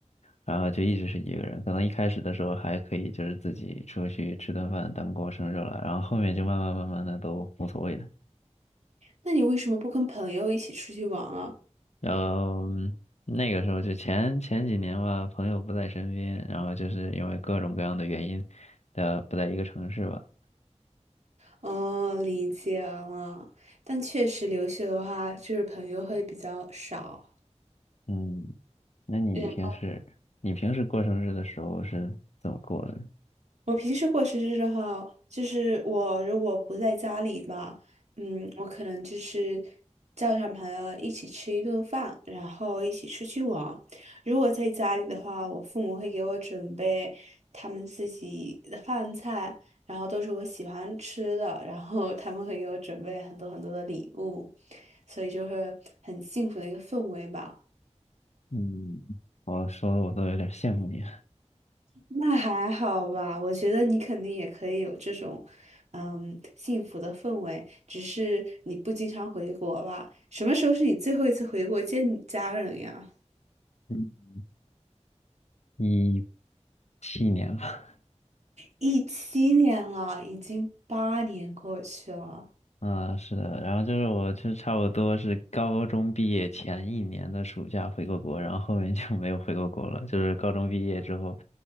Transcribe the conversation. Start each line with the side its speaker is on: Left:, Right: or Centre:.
Left: 然后就一直是一个人。可能一开始的时候还可以，就是自己出去吃顿饭当过生日了，然后后面就慢慢慢慢的都无所谓了。
Right: 那你为什么不跟朋友一起出去玩啊？
Left: 然后嗯那个时候就前前几年吧，朋友不在身边，然后就是因为各种各样的原因，的不在一个城市吧。
Right: 哦，理解了。但确实留学的话，就是朋友会比较少。
Left: 嗯，那你平时你平时过生日的时候是怎么过的呢？
Right: 嗯。我平时过生日的话，就是我如果不在家里吧，嗯，我可能就是叫上朋友一起吃一顿饭，然后一起出去玩。如果在家里的话，我父母会给我准备他们自己的饭菜，然后都是我喜欢吃的，然后他们会给我准备很多很多的礼物，所以就会很幸福的一个氛围吧。
Left: 嗯，我说的我都有点羡慕你。
Right: 那还好吧，我觉得你肯定也可以有这种，嗯，幸福的氛围，只是你不经常回国吧？什么时候是你最后一次回国见你家人呀？
Left: 嗯，一七年吧，
Right: 一七年了，已经八年过去了。
Left: 啊，是的，然后就是我就差不多是高中毕业前一年的暑假回过国，然后后面就没有回过国了。就是高中毕业之后，